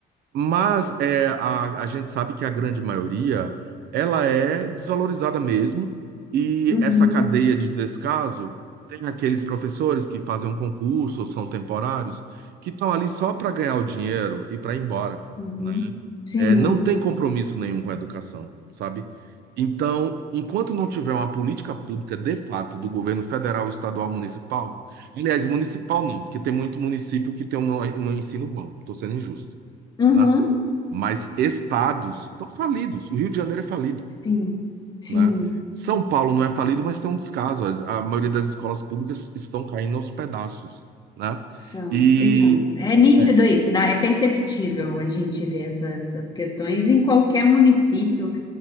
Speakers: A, on the right (about 70°); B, on the left (about 25°).
A: Mas é, a, a gente sabe que a grande maioria ela é desvalorizada mesmo, e
B: Uhum.
A: essa cadeia de descaso tem aqueles professores que fazem um concurso, ou são temporários, que estão ali só para ganhar o dinheiro e para ir embora,
B: Uhum.
A: né?
B: Sim.
A: É, não tem compromisso nenhum com a educação, sabe? Então, enquanto não tiver uma política pública de fato do governo federal, estadual, municipal, aliás, municipal não, porque tem muito município que tem um, um ensino bom, estou sendo injusto
B: Uhum.
A: né? mas estados estão falidos. O Rio de Janeiro é falido,
B: Sim. Sim.
A: né? São Paulo não é falido, mas tem um descaso. As- A maioria das escolas públicas estão caindo aos pedaços, né?
B: São.
A: E
B: Então, é nítido
A: é,
B: isso, dá, é perceptível a gente ver essas, essas questões em qualquer município.